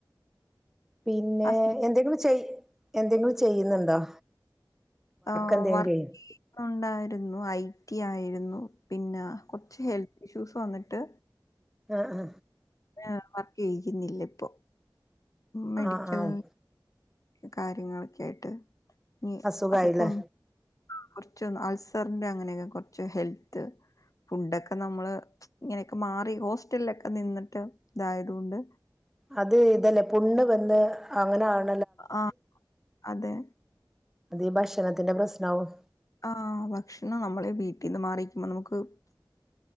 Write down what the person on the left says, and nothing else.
ഹസ്
ആ
വർക്ക്
ചെയുന്നുണ്ടായിരുന്നു ഐ ടി ആയിരുന്നു ഉ പിന്നെ കൊറച്ച് ഹെൽത്ത് ഇഷ്യൂ <unintelligible> വന്നിട്ട്
അ വർക്ക് ചെയ്ക്ന്നില്ലപ്പൊ മെഡിക്കൽ
കാര്യങ്ങളൊക്കെയായിട്ട് ഞ്ഞി
അതൊകൊന്ന് ആ കൊർച്ചൊന്ന് അൾസറിന്റെ അങ്ങനെയൊക്കെ കൊർച്ച് ഹെൽത്ത് ഫുഡൊക്കെ നമ്മള് ഇങ്ങനൊക്കെ മാറി ഹോസ്റ്റൽലൊക്കെ നിന്നിട്ട് ഇതായതുകൊണ്ട്
ആ അതെ
ആ ഭക്ഷണം നമ്മളെ വീട്ടിന്ന് മാറിരിക്കുമ്പോ നമ്മക്ക്